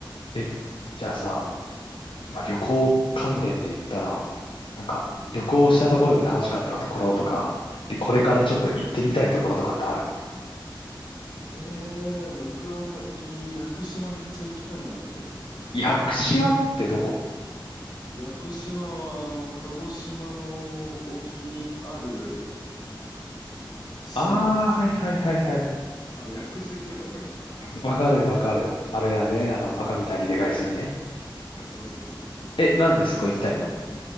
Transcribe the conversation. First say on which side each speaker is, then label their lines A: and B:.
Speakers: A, on the left; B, on the left.
A: え、じゃあさ、まあ、旅行関連で言ったら、なんか旅行したところで楽しかったところとか、
B: うん。
A: でこれからちょっと行ってみたいところとかってあるの
B: ええ、僕は最近屋久島めっちゃ行きたいなって思ってます。
A: 屋久島ってどこ
B: 屋久島はあの、鹿児島の沖にある島です。
A: ああー、はいはいはいはい。
B: あ、屋久杉とかわかりますか
A: わかるわかる。あれあれ、あの、バカみたいにでかいすぎね。
B: うんそうそうそうそうそう。
A: え、なんでそこ行きたいの
B: そ